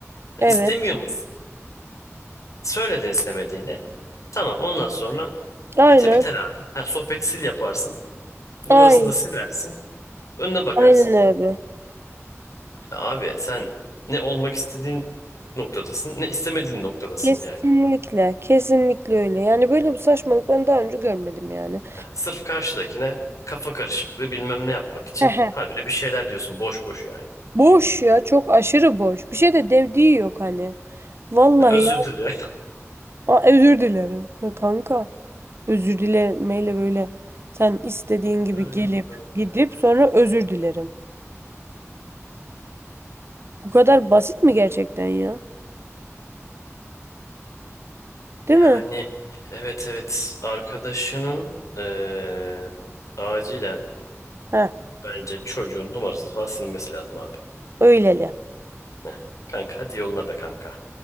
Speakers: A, on the left (about 80°); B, on the right (about 50°).
A: Ha,
B: Evet.
A: İstemiyor musun? Söyledin istemediğini. Tamam ondan sonra
B: Aynen.
A: bite biter abi. Ha, sohbeti sil yaparsın. Numarasını
B: Aynen.
A: da silersin. Önüne bakarsın.
B: Aynen abi.
A: Ya abi sen ne olmak istediğin noktadasın ne istemediğin noktadasın
B: Kesinlikle,
A: yani.
B: kesinlikle öyle. Yani böyle bir saçmalık ben daha önce görmedim yani.
A: Heh, sırf karşıdakine kafa karışıklığı bilmem ne yapmak için
B: Hehe.
A: habire bir şeyler diyorsun boş boş yani.
B: Boş ya çok aşırı boş. Bir şey de dediği yok hani. Vallahi
A: Ya özür
B: ya
A: dilerim.
B: Aa, özür dilerim. Ya kanka özür dilemeyle böyle sen istediğin
A: <laughs>
B: gibi
A: Ay
B: gelip
A: Allah'ım ya.
B: gidip sonra özür dilerim. Bu kadar basit mi gerçekten ya? Değil
A: Yani
B: mi?
A: evet evet arkadaşının eee, acilen
B: Heh
A: bence çocuğun numarasını falan silmesi lazım abi.
B: öyleli.
A: Heh, kanka hadi yoluna be kanka.